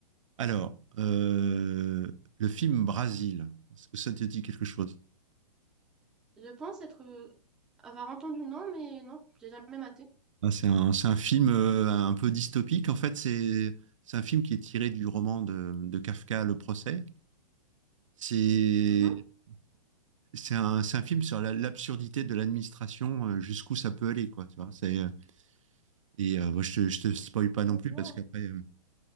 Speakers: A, on the right (about 50°); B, in the centre.
A: Alors, euh, le film Brasil, est-ce que ça te dit quelque chose?
B: Je pense être euh, avoir entendu le nom, mais non, j'ai jamais maté.
A: Ah, c'est un, c'est un film euh, un peu dystopique. En fait, c'est c'est un film qui est tiré du roman de, de Kafka, Le procès. C'est
B: Mhm.
A: c'est un, c'est un film sur la- l'absurdité de l'administration, euh, jusqu'où ça peut aller, quoi. Tu vois, c'est euh, et euh, bon, je te je te spoil pas non plus
B: Wow.
A: parce qu'après